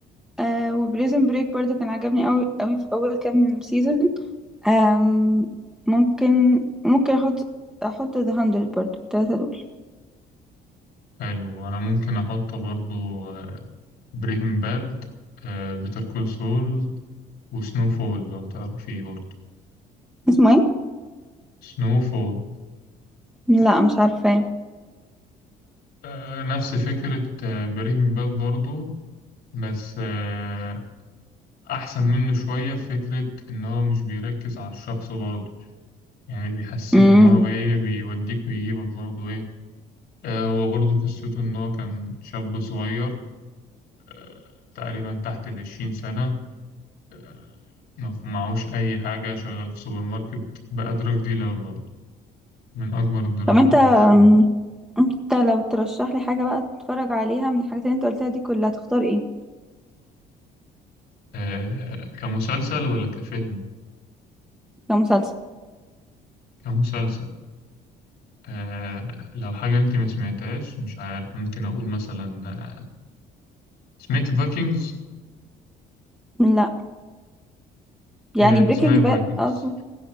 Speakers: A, in the centre; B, on the left (about 70°).
A: آه وبريزن بريك برضو كان عجبني قوي قوي في اول كام سيزون آم ممكن ممكن احط احط ذا هاندرد برضو التلاتة دول
B: حلو أنا ممكن أحط برضو بريكنج باد بيتر كول سول وسنو فول لو تعرفيه برضو
A: اسمه ايه
B: سنو فول
A: لا مش عارفه
B: آه، نفس فكرة بريكنج باد برضو بس آه، أحسن منه شوية في فكرة إن هو مش بيركز على الشخص برضه يعني بيحسسك
A: امم
B: إن هو إيه بيوديك ويجيبك برضه إيه آه هو برضه قصته إن هو كان شاب صغير آه تقريبا تحت العشرين سنة آه ما ف- معهوش أي حاجة شغال في سوبر ماركت بقى دراج ديلر برضه من أكبر الدراج
A: طب انت
B: ديلرز
A: أم، انت لو ترشح لي حاجه بقى اتفرج عليها من الحاجات اللي انت قلتها دي كلها تختار ايه
B: آه آه، كمسلسل ولا كفيلم؟
A: كمسلسل
B: كمسلسل آه لو حاجة أنت ما سمعتهاش مش عارف ممكن أقول مثلا آه، سمعت فايكنجز
A: لا يعني
B: آه،
A: بريكنج
B: اسمها الفايكنجز
A: باد اه